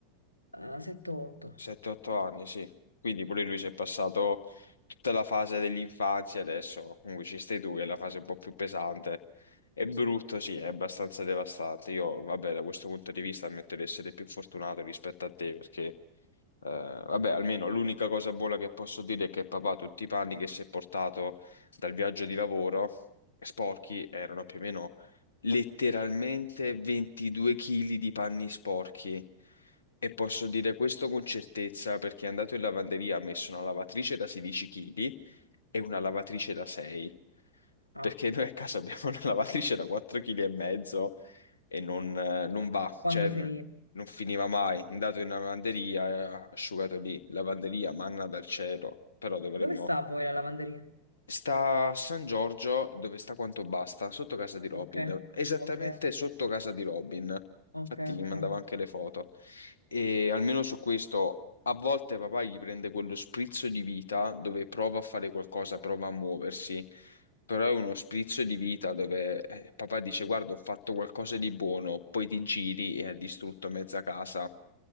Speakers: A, on the left; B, on the left.
A: a 7-8.
B: 7-8 anni, sì. Quindi pure lui si è passato tutta la fase dell'infanzia, adesso comunque ci stai tu, che è la fase un po' più pesante. È brutto, sì, è abbastanza devastante. Io, vabbè, da questo punto di vista ammetto di essere più fortunato rispetto a te, perché Eh, vabbè, almeno l'unica cosa buona che posso dire è che papà tutti i panni che si è portato dal viaggio di lavoro eh, sporchi erano più o meno letteralmente 22 kg di panni sporchi. E posso dire questo con certezza perché è andato in lavanderia, ha messo una lavatrice da 16 kg e una lavatrice da 6.
A: Ah,
B: Perché noi a casa abbiamo <laughs> una lavatrice da 4,5 kg e non, eh, non va,
A: e quando
B: cioè n-
A: finì?
B: non finiva mai. Andato in lavanderia, eh, asciugato lì, lavanderia, manna dal cielo, però dovremmo
A: Dove sta a voi la lavanderia?
B: Sta a San Giorgio, dove sta quanto basta, sotto casa di Robin,
A: Ok,
B: esattamente
A: ok,
B: sotto
A: ok,
B: casa di Robin.
A: ok,
B: Infatti gli
A: ok.
B: mandavo anche le foto. E almeno su questo, a volte papà gli prende quello sprizzo di vita dove prova a fare qualcosa, prova a muoversi, però è uno sprizzo di vita dove eh, papà dice: Guarda, ho fatto qualcosa di buono, poi ti giri e ha distrutto mezza casa.